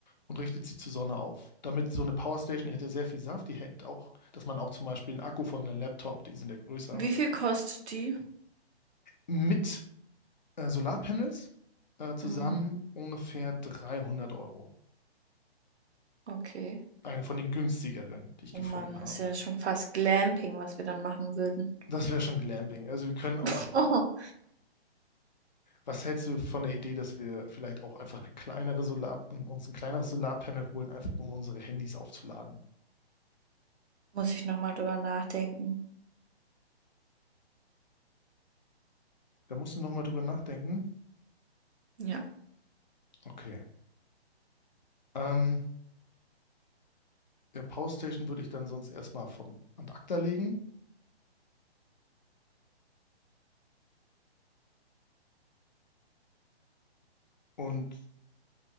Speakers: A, on the left; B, on the right.
A: und richtet sie zur Sonne auf. Damit so eine Powerstation, die hat ja sehr viel Saft, die hält auch, dass man auch zum Beispiel einen Akku von einem Laptop, die sind ja größer,
B: Wie viel kostet die?
A: mit äh, Solarpanels äh, zusammen
B: Hm.
A: ungefähr 300 Euro.
B: Okay.
A: Eine von den günstigeren, die ich
B: Oh
A: gefunden
B: Mann,
A: habe.
B: ist ja schon fast Glamping, was wir dann machen würden.
A: Das wäre schon Glamping. Also wir können auch,
B: <laughs>
A: was hältst du von der Idee, dass wir vielleicht auch einfach eine kleinere Solar, uns ein kleineres Solarpanel holen, einfach um unsere Handys aufzuladen?
B: muss ich nochmal drüber nachdenken.
A: Da musst du nochmal drüber nachdenken.
B: Ja.
A: Okay. Ähm, ja, Power Station würde ich dann sonst erstmal vom Ad acta legen und